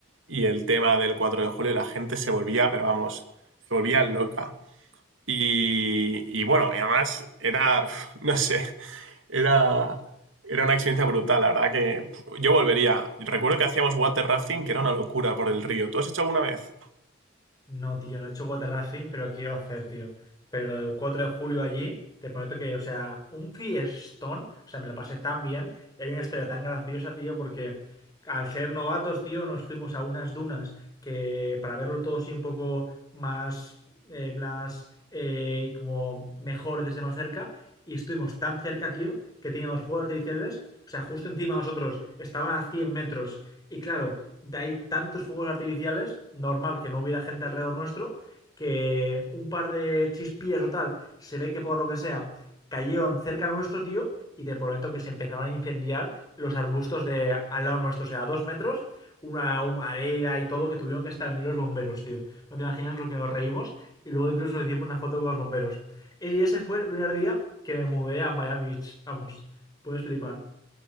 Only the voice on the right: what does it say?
Y el tema del 4 de julio, la gente se volvía, pero vamos, se volvía loca. Y, y bueno, y además era, <laughs> no sé, era, era una experiencia brutal, la verdad que yo volvería. Recuerdo que hacíamos water rafting, que era una locura por el río. ¿Tú has hecho alguna vez?